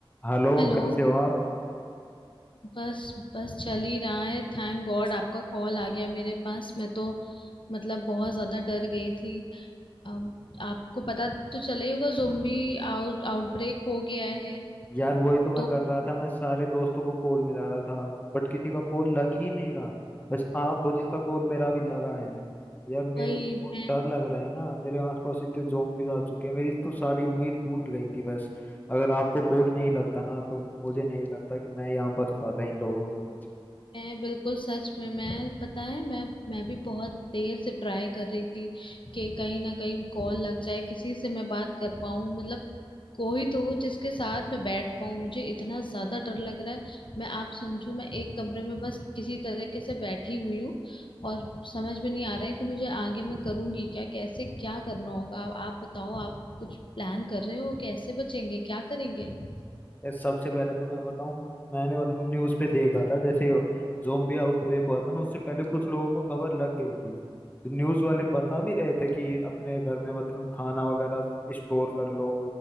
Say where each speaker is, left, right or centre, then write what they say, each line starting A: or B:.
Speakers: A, on the left; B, on the left.
A: Hello
B: Hello
A: कैसे हो आप
B: बस बस चल ही रहा है थैंक गॉड आपका कॉल आ गया मेरे पास मैं तो मतलब बहुत ज्यादा डर गई थी अम, आपको पता तो चला ही होगा ज़ोंबी आउट आउटब्रेक हो गया है
A: यार वही तो मैं
B: तो
A: कर रहा था मैं सारे दोस्तों को कॉल मिला रहा था बट किसी का कॉल लग ही नहीं रहा बस आप हो जिसका कॉल मेरा अभी लगा है यार मेरे
B: भाई
A: को तो बहुत
B: मैं
A: डर लग रहा है ना मेरे आसपास इतने zombies आ चुके हैं मेरी तो सारी उम्मीद टूट गई थी बस अगर आपको कॉल नहीं लगता ना तो मुझे नहीं लगता कि मैं यहाँ बच पाता इन लोगों के बीच
B: मैं बिल्कुल सच में मैं पता है मैं मैं भी बहुत देर से ट्राई कर रही थी कि कहीं ना कहीं कॉल लग जाए किसी से मैं बात कर पाऊं मतलब कोई तो हो जिसके साथ मैं बैठ पाऊं मुझे इतना ज्यादा डर लग रहा है मैं आप समझो मैं एक कमरे में बस किसी तरीके से बैठी हुई हूँ और समझ में नहीं आ रहा है कि मुझे आगे मैं करूंगी क्या कैसे क्या करना होगा आप, आप बताओ आप कुछ प्लान कर रहे हो कैसे बचेंगे क्या करेंगे
A: यार सबसे पहले तो मैं बताऊं मैंने मतलब न्यूज पे देखा था जैसे जोम्बी आउटब्रेक हुआ था ना उससे पहले कुछ लोगों को खबर लग गई थी तो न्यूज वाले बता भी रहे थे कि अपने घर में मतलब खाना वगैरह स्टोर कर लो